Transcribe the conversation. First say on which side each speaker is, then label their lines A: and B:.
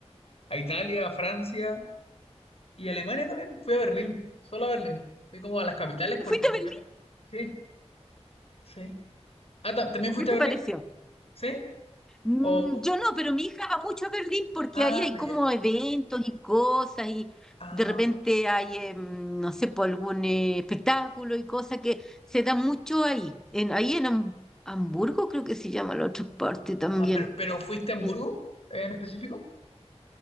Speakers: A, on the left (about 60°); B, in the centre.
A: a Italia, a Francia y a Alemania también. Fui a Berlín, solo a Berlín. Fui como a las capitales porque
B: ¿Fuiste
A: tenía
B: a Berlín?
A: poco. Sí, sí. Ah, ta- ¿también fuiste
B: ¿Qué te
A: a Berlín?
B: pareció?
A: ¿Sí?
B: Mm,
A: O...
B: yo no, pero mi hija va mucho a Berlín porque
A: Ah,
B: ahí hay como
A: ya.
B: eventos y cosas y
A: Ah.
B: de repente hay, eh, mm, no sé, por algún eh, espectáculo y cosas que se da mucho ahí. En, ahí en Ham- Hamburgo creo que se llama la otra parte también.
A: Ah, pero, pero ¿fuiste a Hamburgo
B: Eh,
A: en específico?